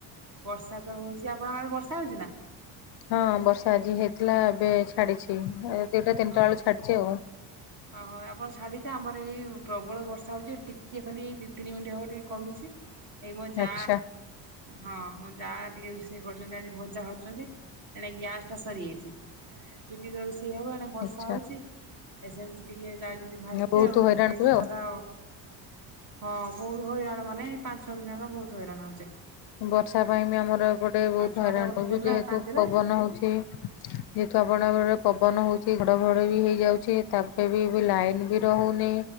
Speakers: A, on the right; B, on the left.
A: ବର୍ଷା ତ ହଉଛି ଆପଣଙ୍କଆଡେ ବର୍ଷା ହଉଛି ନା।
B: ହଁ ବର୍ଷା ଆଜି ହେଇଥିଲା ଏବେ ଛାଡିଛି ଏ ଦିଇଟା ତିନିଟା
A: ଅ
B: ବେଳୁ ଛାଡିଛି ଆଉ।
A: ଓହୋ ଆପଣ ଛାଡିଛେ ଆମର ଏଇ ପ୍ରବଳ ବର୍ଷା ହଉଛି ଟିକିଏ ଖାଲି ଏଇ ଦି ତିନି ମିନିଟ ହବ ଟିକେ କମିଛି। ଏଇ ମୋ ଯା
B: ଆଚ୍ଛା
A: ହଁ ମୋ ଯାଆ ଟିକେ ରୋଷେଇ କରୁଛନ୍ତି ଆଜି ଭଜା ଭାଜୁଛନ୍ତି ଏଣେ ଗ୍ୟାସ ଟା ସରିଯାଇଛି, ଏ ଚୁଲିରେ ରୋଷେଇ ହବ ନା ବର୍ଷା
B: ଆଚ୍ଛା
A: ହଉଛି ଏସେମତି ଟିକେ ଯାଆ ଯେମି ଭାଜିଦେ
B: ବହୁତ
A: ଆଉ
B: ହଇରାଣ
A: ମୁର ଏଇ
B: ହୁଏ
A: ଛୁଆ
B: ଆଉ
A: ଟା ହଁ ବହୁତ ହଇରାଣ ମାନେ ପାଞ୍ଚ ଛଅ ଦିନ ହେଲା ବହୁତ ହଇରାଣ ହଉଛେ।
B: ବର୍ଷା ପାଇଁ ବି ଆମର ଏପଟେ ବହୁତ
A: ଆଉ ଛୁଆ
B: ହଇରାଣ
A: ଟା ଉଠି
B: ହଉଛି
A: ପଡିଲା
B: ଯେହେତୁ
A: କାନ୍ଦିଲା
B: ପବନ ହଉଛି ଯେହେତୁ ଆପଣଙ୍କର ପବନ ହଉଛି ଘଡଘଡ ବି ହେଇଯାଉଛି ତାପରେ ବି ଏବେ ଲାଇନ ବି ରହୁନି